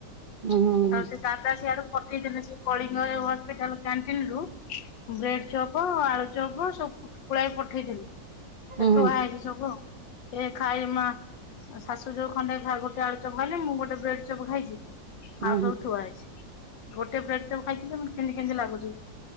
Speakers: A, on the right; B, on the left.
A: ହୁଁ ହୁଁ ହୁଁ ହୁଁ।
B: ଆଉ ସେ ଦାଦା ସିଆଡୁ ପଠେଇ ଛନ୍ତି ସେ କଳିଙ୍ଗ ହସ୍ପିଟାଲ କ୍ୟାଣ୍ଟିନ୍ ରୁ ବ୍ରେଡ୍ ଚପ୍ ଆଳୁଚପ ସବୁ ପୁଳାଏ ପଠେଇ ଛନ୍ତି, ସେ
A: ଉଁ ହୁଁ
B: ଥୁଆ ହେଇଛି ସବୁ ଆଉ। କିଏ ଖାଇମା ଶାଶୁ ଯୋଉ ଖଣ୍ଡେ ଖା ଗୋଟେ ଆଳୁଚପ୍ ଖାଇଲେ ମୁଁ ଗୋଟେ ବ୍ରେଡ୍ ଚପ୍ ଖାଇଛି,
A: ହୁଁ
B: ଆଉ ସବୁ ଥୁଆ ହେଇଛି। ଗୋଟେ ବ୍ରେଡ୍ ଚପ୍ ଖାଇଥିଲି ଯେ ମୋତେ କେମିତି କେମିତି ଲାଗୁଛି।